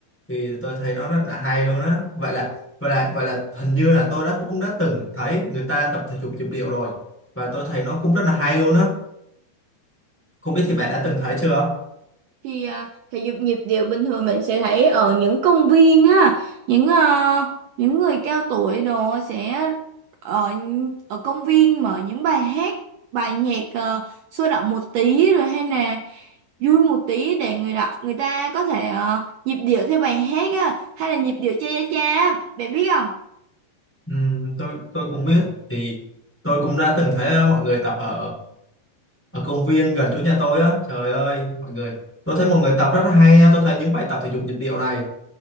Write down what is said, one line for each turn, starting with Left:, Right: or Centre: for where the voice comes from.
Centre: thì tôi thấy nó rất là hay luôn á. Vậy là vậy là vậy là hình như là tôi đã cũng đã từng thấy người ta tập thể dục nhịp điệu rồi và tôi thấy nó cũng rất là hay luôn á. Không biết thì bạn đã từng thấy chưa?
Right: thì à, thể dục nhịp điệu bình thường mình sẽ thấy ở những công viên á những ờ, những người cao tuổi đồ sẽ ở ở công viên mở những bài hát bài nhạc ờ, sôi động một tí rồi hay là vui một tí để người đọc người ta có thể ờ, nhịp điệu theo bài hát á hay là nhịp điệu cha cha cha á, bạn biết không
Centre: Ừ, tôi tôi cũng biết thì tôi cũng đã từng thấy ờ, mọi người tập ở ở công viên gần chỗ nhà tôi á trời ơi mọi người tôi thấy mọi người tập rất là hay nha tôi thấy những bài tập thể dục nhịp điệu này